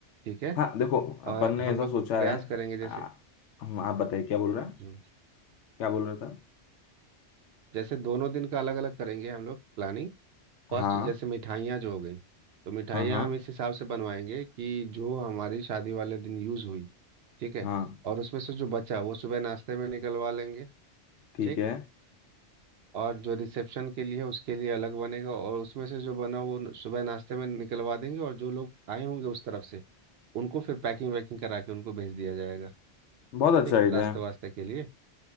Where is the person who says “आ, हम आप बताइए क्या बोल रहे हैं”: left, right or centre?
Left